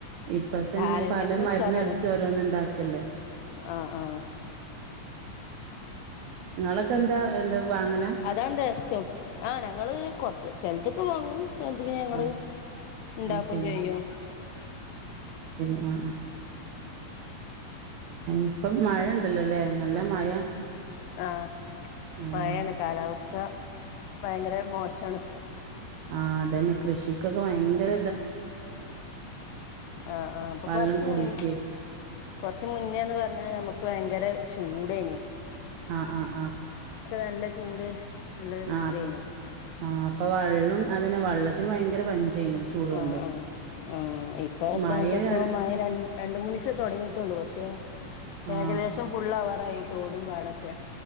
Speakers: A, on the right; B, on the left.
A: ഇപ്പ തന്നെ
B: ആരോഗ്യത്തിന്
A: പല മരുന്നടിച്ച്
B: ഉഷാറാണ്.
A: ഓരോന്ന് ഉണ്ടാക്കല്ലേ
B: ആഹ ആഹ
A: ഇങ്ങളൊക്കെ എന്താ എന്താ വാങ്ങലാ
B: അതാണ് രസും ആഹ് ഞങ്ങള് കൊർ ചെൽതൊക്കെ വാങ്ങും. ചെൽത് പിന്നെ ഞങ്ങള്
A: ആഹ്
B: ഇണ്ടാക്കും
A: അത് ശരി
B: ചെയ്യും.
A: അ ആ ഇപ്പം മഴ ഇ ല്ലലെ നല്ല മഴ
B: ആ
A: ആഹ്
B: മഴാണ് കാലാവസ്ഥ ഭയങ്കര മോശാണ് പ്പോ.
A: അ അതന്നെ കൃഷിക്ക് ഒക്കെ വ യങ്കര
B: അഹ് അഹ് ഇപ്പൊ
A: വെള്ളം
B: കൊറ്ച്ച്
A: കൂടിട്ടേ
B: മുൻ കൊറ്ച്ചു മുന്നേ ന്ന് പറ്ഞ്ഞാ ഞമക്ക് ഭയങ്കര ചൂ പെ
A: ആഹ് ആഹ്
B: നല്ല ചൂട് ഉള്ള
A: ആ
B: ഇതേനി
A: അപ്പോ ആ അപ്പോ വള്ളും അതന്നെ വള്ള ത്തിന് ഭയങ്കര പഞ്ചേനു ചൂടോണ്ട്
B: ആഹ് ആഹ് ആഹ് ഇപ്പൊ ആ
A: മഴ
B: സ്ഥാനത്തിപ്പോ
A: ര
B: രണ്ടു മൂന്നു ദിവസം തുടങ്ങിയിട്ടേള്ളൂ പക്ഷേ
A: ആഹ്
B: ഏകദേശം ഫുള്ളവർ ന്തായി തോടും പാടൊക്കെ?